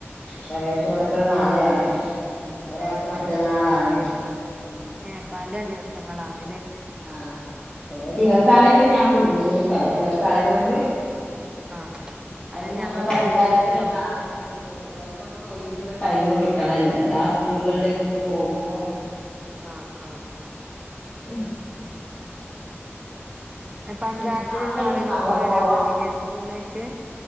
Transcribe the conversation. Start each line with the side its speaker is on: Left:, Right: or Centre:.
Left: പ്രവേശനോത്സവം
Right: ആഹ്
Left: നാളെയാണ് ഒരാക്ക്
Right: ആഹ്
Left: മറ്റന്നാളാണ്
Right: ആഹ് ഏ പല ദിവസങ്ങളാണ്
Left: ആഹ് ഒരെ ദിവസാണേപ്പ
Right: സുഖം
Left: ഞാൻ കുടുങ്ങീനി പല ദിവസായതോണ്ട്
Right: ആഹ്
Left: ആ
Right: അതന്നെ
Left: പിന്നെ നമ്മള
Right: അതുകൊണ്ട്
Left: പഞ്ചായത്തിലുള്ള
Right: സുഖണ്ടല്ലോ
Left: ആളുകൾക്ക് പ്ര ഓൽക്കൊക്കെ ഒയ്വ്ള്ള ടൈം കിട്ടണല്ലോ എല്ലാ സ്കൂളുകളിലേക്കും പോകുമ്പോ
Right: ആഹ് ആഹ് ആഹ്
Left: <unintelligible>
Right: പഞ്ചായത്തിലുള്ള
Left: ഇനിയിപ്പോ നാളെ ഉണ്ട്
Right: ആളുകളൊക്കെ
Left: നാളെ
Right: വരാ
Left: പോവാണ്ട്
Right: മതില്ലേ സ്കൂളിലേക്ക്